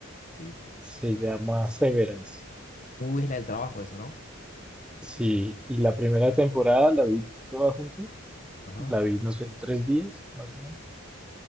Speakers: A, on the left; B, in the centre.
A: Sí.
B: se llama Severance.
A: Uh, es la del trabajo eso, ¿no?
B: Sí, y la primera temporada la vi toda junta,
A: Ajá.
B: la vi, no sé, en tres días, más o menos.